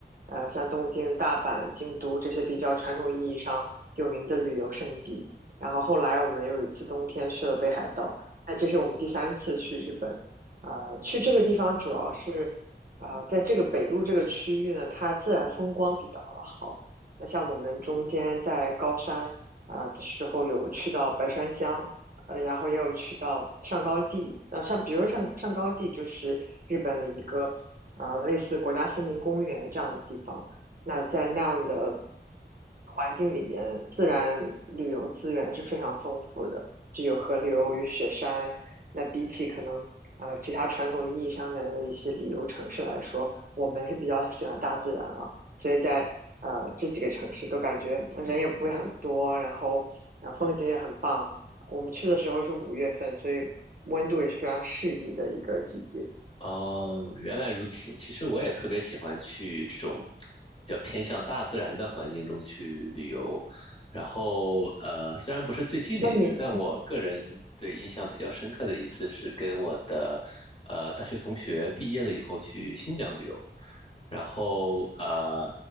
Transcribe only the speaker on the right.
呃，像东京、大阪、京都这些比较传统意义上有名的旅游胜地。然后后来我们有一次冬天去了北海道，那这是我们第三次去日本。呃，去这个地方主要是，呃，在这个北陆这个区域呢，它自然风光比较好。那像我们中间在高山啊、的时候，有去到白川乡呃，然后也有去到上高地，呃，像比如说像上高地就是日本的一个，啊，类似国家森林公园这样的地方。那在那样的环境里面，自然旅游资源是非常丰富的，就有河流与雪山。那比起可能啊，其他传统意义上的一些旅游城市来说，我们是比较喜欢大自然了，所以在呃这几个城市都感觉人也不会很多，然后啊、呃风景也很棒。我们去的时候是五月份，所以温度也是非常适宜的一个季节。
那你，